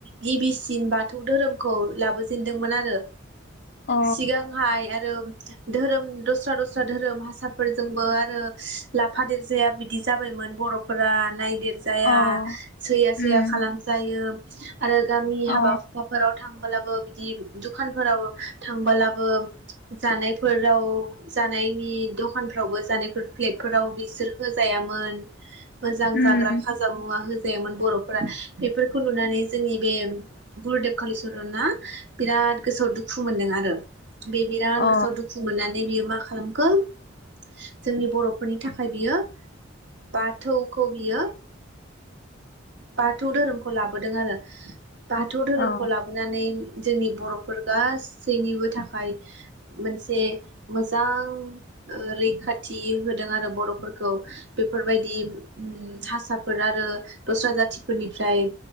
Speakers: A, on the right; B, on the left.
A: गिबिसिन बाथौ धोरोमखौ लाबोजेनदोंमोन आरो।
B: अ
A: सिगांहाय आरो धोरोम दस्रा दस्रा धोरोम हासाफोरजोंबो आरो लाफा देरजाया बिदि जाबायमोन बर'फ फोरा नायदिद जाया
B: अ
A: सैया सैया
B: उम
A: खालामजायो। आरो गामि
B: अ
A: हाबा हुखाफोराव थांबोला बो बिदि दखानफोराव थांबोलाबो जानायफोराव जानायनि दखानफ्रावबो जानायफोर फ्लेटफोराव बिसोर होजायामोन। मोजां
B: उम
A: जाग्रा खाजा मुवा होज गैयामोन बर'फोरा बेफोरखौ नुनानै जोंनि बे गुरुदेब कालिचरना बिराद गोसोआव दुखु मोनदों आरो। बे बिराद
B: अ
A: गोसोआव दुखु मोननानै बियो मा खालामगोन जोंनि बर'फोरनि थाखाय बियो बाथौ खौ बियो बाथौ धोरोमखौ लाबोदों आरो। बाथौ धोरोमखौ
B: अ
A: लाबोनानै जोंनि बर'फोर गासैनिबो थाखाय मोनसे मोजां ओ रैखाथि होदों आरो बर'फोरखौ बेफोरबायदि ओम हासाफोर आरो दस्रा जाथिफोरनिफ्राय